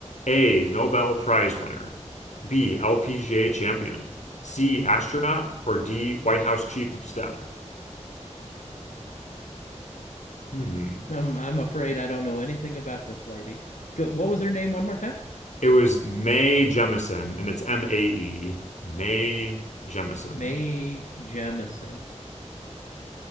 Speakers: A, on the left; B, on the left.
A: A. Nobel Prize winner. B. LPGA champion. C. Astronaut. Or D. White House Chief of Staff. Hmm.
B: I'm I'm afraid I don't know anything about this lady. Go- What was her name one more time?
A: It was Mae Jemison, and it's M-A-E, Mae Jemison.
B: Mae Jemison.